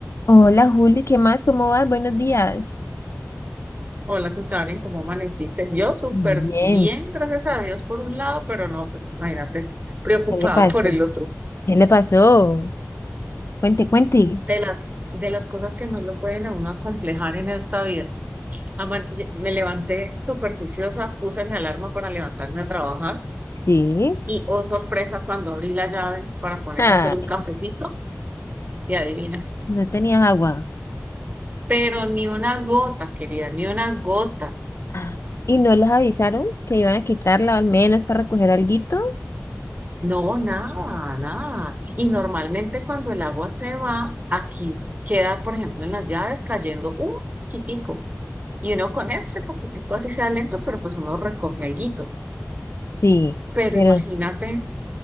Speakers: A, on the left; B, on the right.
A: Hola Juli, ¿qué más? ¿Cómo vas? Buenos días.
B: Hola, ¿qué Karen, ¿cómo amaneciste? Yo súper
A: Bien,
B: bien, gracias a Dios por un lado, pero no, pues imagínate, preocupada
A: ¿qué le pasó?
B: <laughs> por el otro.
A: ¿Qué le pasó? Cuente, cuente.
B: De las, de las cosas que más lo pueden a uno acomplejar en esta vida. Aman- Me levanté súper juiciosa, puse mi alarma para levantarme a trabajar
A: Sí,
B: y, oh sorpresa, cuando abrí la llave para poner
A: ay,
B: a hacer un cafecito, y adivina,
A: no tenías agua.
B: pero ni una gota, querida, ni una gota,
A: Ah, ¿Y no les avisaron que iban a quitarla al menos para recoger alguito?
B: No, nada, nada. Y normalmente cuando el agua se va, aquí queda, por ejemplo, en las llaves cayendo un poquitico. Y uno con ese poquitico, así sea lento, pero pues uno recoge alguito.
A: sí,
B: Pero
A: pero,
B: imagínate,